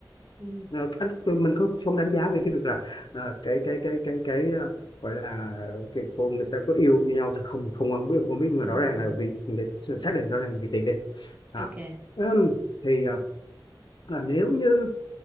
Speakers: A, on the right; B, on the left.
A: ừ,
B: Ờ, anh mình không không đánh giá về cái việc là ờ, cái cái cái cái cái ờ, gọi là cái cô người ta có yêu nhau thì không không không biết không biết nhưng mà
A: ừ,
B: rõ ràng
A: ừ.
B: là vì người ta xác định rõ ràng là vì tiền đi đó.
A: ok
B: Ừm, thì ờ, là nếu như